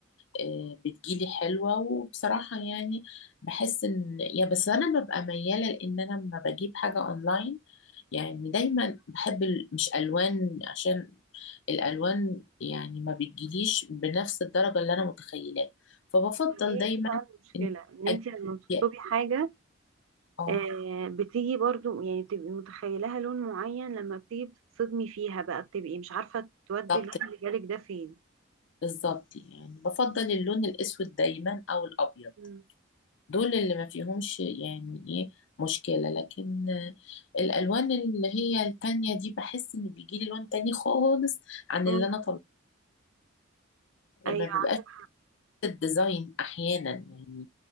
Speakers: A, on the left; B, on the right.
A: آه، بتجيلي حلوة وبصراحة يعني بحس ان يا بس انا ببقى ميالة لان انا لما بجيب حاجة اونلاين يعني دايما بحب ال- مش الوان عشان الالوان يعني ما بتجيليش بنفس الدرجة اللي انا متخيلاها فبفضل
B: هي
A: دايما
B: دي بقى المشكلة
A: ان
B: ان انتي
A: أجيب
B: لما بتطلبي حاجة
A: اه
B: آه، بتيجي برضو يعني بتبقي متخيلها لون معين لما بتيجي بتتصدمي فيها بقى بتبقي مش عارفة تودي
A: طب
B: اللون اللي جالك ده فين
A: بالظبط يعني بفضل اللون الأسود دايما أو الأبيض
B: مم.
A: دول اللي ما فيهمش يعني إيه مشكلة لكن آه، الألوان اللي هي التانية دي بحس إن بيجيلي لون تاني خالص عن
B: مم.
A: اللي أنا طلبته ما
B: ايوه
A: بيبقاش
B: عندك
A: الديزاين احيانا يعني